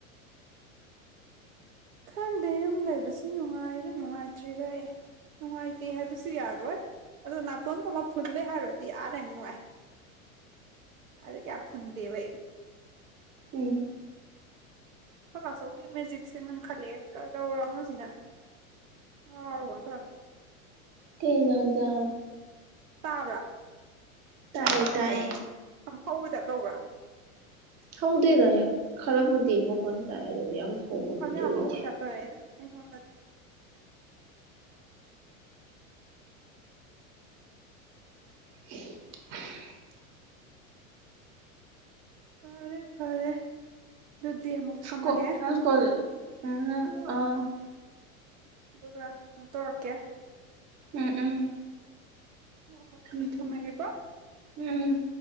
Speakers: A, on the right (about 70°); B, on the right (about 40°).
A: ꯈꯪꯗꯦ ꯌꯨꯝ ꯂꯩꯕꯁꯨ ꯅꯨꯡꯉꯥꯏꯔ ꯅꯨꯡꯉꯥꯏꯇ꯭ꯔꯤꯔ ꯑꯩ꯫ ꯅꯨꯡꯉꯥꯏꯇꯦ ꯍꯥꯏꯕꯁꯨ ꯌꯥꯔꯣꯏ ꯑꯗꯣ ꯅꯥꯇꯣꯟꯒꯨꯝꯕ ꯐꯨꯟꯕꯩ ꯍꯥꯏꯔꯗꯤ ꯑꯥ ꯂꯩꯕꯅ ꯅꯨꯡꯉꯥꯏ꯫ ꯑꯥꯗ ꯀꯌꯥ ꯐꯨꯟꯗꯦꯕ ꯑꯩ꯫
B: ꯎꯝ
A: ꯑꯈꯣꯏꯕꯥꯆꯧꯒꯤ ꯃꯦꯖꯤꯛꯁꯦ ꯉꯪꯈꯠꯂꯛꯑꯦ ꯀꯩꯗꯧꯔꯝꯃꯣ ꯑꯁꯤꯅ꯫ ꯉꯥꯎꯔꯕ ꯀꯩꯅꯣꯝ ꯇꯧꯔꯦ
B: ꯀꯩ ꯍꯦꯟꯖꯥꯡ ꯆꯥꯔꯕ꯫
A: ꯇꯥꯕ꯭ꯔꯥ꯫
B: ꯇꯥꯢꯌꯦ ꯇꯥꯏꯌꯦ꯫
A: ꯌꯥꯝ ꯍꯧꯕꯩ ꯇꯥꯏꯞ ꯇꯧꯕ꯭ꯔꯥ꯫
B: ꯍꯧꯗꯦꯗ ꯑꯦ ꯈꯔꯕꯨꯗꯤ ꯃꯈꯣꯟ ꯇꯥꯢ ꯑꯗꯨꯒ ꯌꯥꯝ ꯍꯧꯕꯕꯨꯗꯤ
A: ꯀꯥꯟꯅ
B: ꯑꯣꯏꯗꯦ
A: ꯍꯧꯕꯩ ꯇꯥꯏꯞ ꯇꯧꯑꯦ ꯑꯩꯅ ꯑꯩꯉꯣꯟꯗꯗꯤ꯫
B: <unintelligible>
A: ꯐꯔꯦ-ꯐꯔꯦ ꯑꯗꯨꯗꯤ ꯑꯃꯨꯛ ꯊꯝꯃꯒꯦ꯫
B: ꯁ꯭ꯀꯣ ꯅꯪ ꯁ꯭ꯀꯣꯜ ꯎꯝ ꯅ ꯑ꯫
A: ꯑꯗꯨꯒ ꯑꯃꯨꯛ ꯇꯧꯔꯛꯀꯦ꯫
B: ꯎꯝ ꯎꯝ
A: ꯍꯣꯢ ꯍꯣꯏ
B: ꯊꯝꯃꯦ ꯊꯝꯃꯦ
A: ꯊꯝꯃꯒꯦꯀꯣ
B: ꯎꯝ